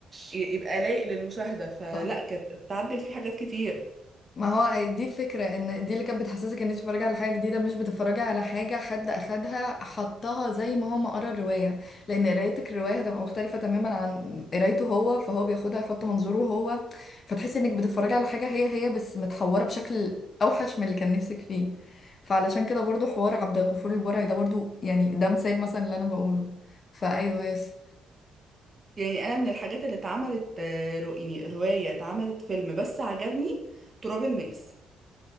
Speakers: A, on the right; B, on the left.
A: ي- يبقى لايق للمشاهده فلا
B: صح
A: كانت اتعدل فيه حاجات كتير
B: ما هو أي- دي الفكره ان دي اللي كانت بتحسسك ان انت بتتفرجي على حاجه جديده مش بتتفرجي على حاجه حد اخدها حطها زي ما هو ما قرا الروايه لان قرايتك الروايه هتبقى مختلفه تماما عن قرايته هو فهو بياخدها يحط منظوره هو فتحسي انك بتتفرجي على حاجه هي هي بس متحوره بشكل اوحش من اللي كان نفسك فيه فعلشان كده برضو حوار عبد الغفور البرعي ده برضو يعني ده مثال مثلا اللي انا بقوله فايوه يس
A: يعني انا من الحاجات اللي اتعملت آه، رو- يعني روايه اتعملت فيلم بس عجبني تراب الماس